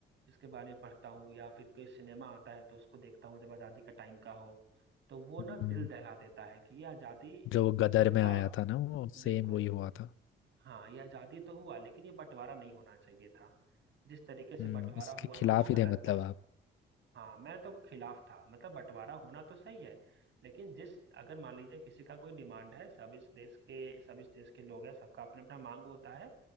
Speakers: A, on the right; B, on the left.
A: इसके बारे में पढ़ता हूँ या फिर कोई सिनेमा आता है तो उसको देखता हूँ जब आजादी का टाइम का हो तो वो ना
B: हम्म,
A: दिल दहला देता है कि ये आजादी
B: जो वो गदर
A: तो
B: में
A: हुआ
B: आया था ना वो
A: बिल्कुल
B: सेम वही हुआ था
A: हाँ ये आजादी तो हुआ लेकिन ये बंटवारा नहीं होना चाहिए था जिस तरीके से
B: हम्म
A: बंटवारा
B: इसके
A: हुआ
B: खिलाफ
A: ना वो
B: ही
A: गलत
B: थे मतलब
A: था
B: आप
A: हाँ मैं तो खिलाफ था मतलब बंटवारा होना तो सही है लेकिन जिस अगर मान लीजिए किसी का कोई डिमांड है सब इस देश के सब इस देश के लोग हैं सबका अपना अपना मांग होता है